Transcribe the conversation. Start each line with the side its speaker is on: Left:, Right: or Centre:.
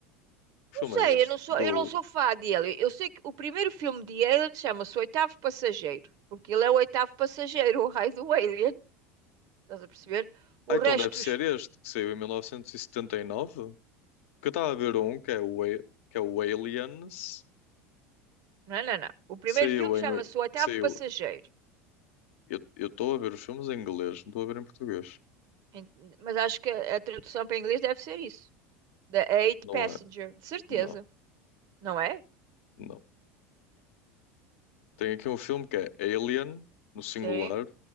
Left: Que
Right: não
Left: filme
Right: sei,
Left: é este?
Right: eu não sou,
Left: Do.
Right: eu não sou fã dele. Eu sei que o primeiro filme de Alien chama-se O Oitavo Passageiro, porque ele é o oitavo passageiro, <laughs> o raio do Alien. Estás a perceber? O
Left: Ah, então
Right: resto.
Left: deve ser
Right: dos-
Left: este, que saiu em 1979. Que eu estava a ver um, que é o, A- que é o Aliens,
Right: Não, não, não. O primeiro
Left: que saiu
Right: filme chama-se
Left: em. oi-
Right: O Oitavo
Left: Que saiu.
Right: Passageiro.
Left: Eu eu estou a ver os filmes em inglês, não estou a ver em português.
Right: Ent- Mas acho que a a tradução para inglês deve ser isso. The Eight
Left: Não
Right: Passenger,
Left: é.
Right: de certeza,
Left: Não,
Right: não é?
Left: não. Tem aqui um filme que é Alien, no singular,
Right: Sim,